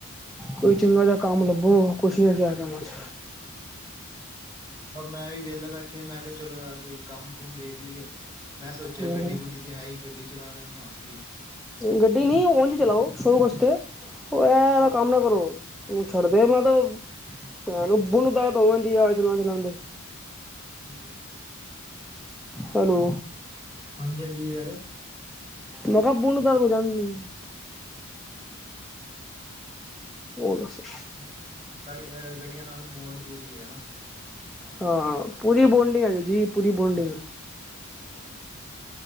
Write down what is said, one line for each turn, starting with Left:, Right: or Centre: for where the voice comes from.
Right: ਅੱਛਾ
Centre: ਕੋਈ
Right: ਅੱਛਾ
Centre: ਚੰਗਾ ਜਿਹਾ ਕੰਮ ਲੱਭੋ। ਕੁਛ ਨਹੀਂ ਰਿਹਾ ਕੰਮਾਂ ਚ
Right: ਉ ਮੈਂ ਵੀ ਵਿਹਲਾ ਬੈਠੇ, ਮੈਂ ਕਿਹਾ ਚਲੋ ਯਾਰ ਕੋਈ ਕੰਮ ਕੁਮ ਦੇਖ ਲਈਏ। ਮੈਂ ਸੋਚਿਆ
Centre: ਹੂੰ
Right: ਗੱਡੀ, ਗੁੱਡੀ ਤੇ ਹੈ ਹੀ ਗੱਡੀ ਚਲਾ ਲੈਂਦੇੇ ਆ ਹੋਰ ਕੀ।
Centre: ਗੱਡੀ ਨਹੀਂ ਉਂਝ ਚਲਾਓ ਸ਼ੋ ਵਾਸਤੇ। ਉਹ ਇਹ
Right: ਅੱਛਾ
Centre: ਕੰਮ ਨਾ ਕਰੋ। ਤੂੰ ਛੱਡਦੇ ਮੈਂ ਤੇ ਤੈਨੂੰ ਬੁਲ <unintelligible> ਜਾਂਦੀ ਆਾਲ ਚਲਾਾਂ ਚਲਾਉਦੇ।
Right: ਹਾਂਜੀ।
Centre: ਹੈਲੋ
Right: ਹਾਂਜੀਜੀ ਯਾਰ।
Centre: ਮੈਂ ਕਿਹਾ ਬੋਨ ਤ ਤੂੰ ਜਾਂਦੀ। ਹੋਰ ਦੱਸੋ
Right: ਮ ਸਾਡੀ ਵੀ ਗੜ ਅ ਗੱਡੀਆਂ ਨਾਲ ਬੋਂਡ ਪੂਰੀ ਹੈ ਹਨਾ।
Centre: ਹਾਂ ਪੂਰੀ ਬੋਡਿੰਗ ਹੈਗੀ ਜੀ ਪੂਰੀ ਬੋਡਿੰਗ।
Right: ਘ ਵਾਲੀ